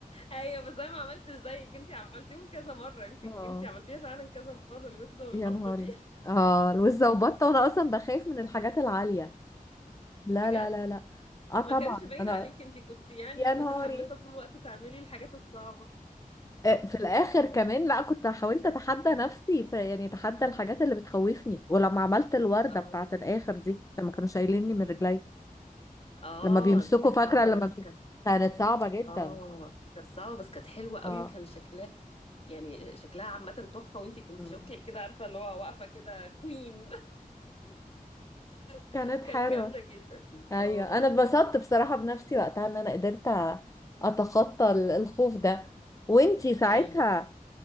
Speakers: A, on the left; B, on the left.
A: ايوه بس انا ما عملتش زيك انتي عملتيهم كذا مرة انتي
B: اه
A: انتي عملتيها فعلا كذا مرة الوزة والبطة
B: يا نهاري
A: دي <laughs>
B: اه الوزة وبطة وانا اصلا بخاف من الحاجات العالية لا
A: بجد
B: لا لا لا اه
A: ما
B: طبعا
A: كانش باين
B: انا
A: عليكي انتي كنتي يعني
B: يا
A: متحمسة
B: نهاري
A: طول الوقت تعملي الحاجات الصعبة
B: آه، في الاخر كمان لا كنت حاولت اتحدى نفسي في يعني اتحدى الحاجات اللي بتخوفني ولما عملت الوردة
A: اه
B: بتاعت الاخر دي لما كانوا شايليني من رجلي
A: اه
B: لما بيمسكوا
A: دي كانت
B: فاكرة
A: صعبة
B: لما
A: بس
B: بي...
A: كانت
B: كانت صعبة جدا
A: اه كانت صعبة بس كانت حلوة قوي
B: اه
A: وكان شكلها يعني شكلها عامة تحفة وانتي كنتي
B: مم.
A: شكلك كده عارفة اللي هو واقفة كده كوين <laughs>
B: كانت
A: كانت
B: حلوة
A: جامدة جدا
B: ايوه
A: اه
B: انا اتبسطت
A: اه
B: بصراحة بنفسي وقتها ان انا قدرت أ- اتخطى ال- الخوف ده وانتي ساعتها
A: ايوه